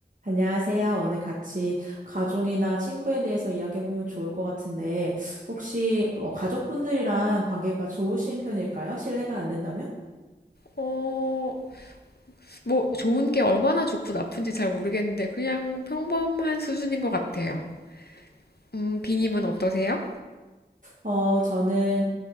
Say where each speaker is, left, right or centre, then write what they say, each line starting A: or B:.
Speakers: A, on the right; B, on the left.
A: 안녕하세요. 오늘 같이 가족이나 친구에 대해서 이야기해보면 좋을 것 같은데, 혹시 어, 가족분들이랑 관계가 좋으신 편일까요? 실례가 안 된다면?
B: 어, 뭐, 좋은 게 얼마나 좋고 나쁜지 잘 모르겠는데, 그냥 평범한 수준인 것 같아요. 음, 비님은 어떠세요?
A: 어, 저는